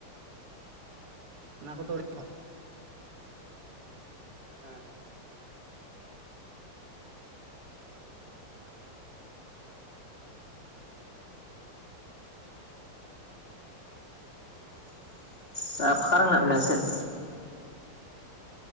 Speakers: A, on the right (about 80°); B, on the left (about 25°).
A: ᱚᱱᱟ ᱠᱚᱫᱚ ᱟᱹᱲᱤᱼᱼ
B: ᱦᱮᱸ ᱦᱮᱸ᱾ ᱛᱚ ᱯᱷᱟᱠᱟ ᱨᱮ ᱢᱮᱱᱟᱜ ᱵᱤᱱᱟ ᱥᱮ ᱪᱮᱫ?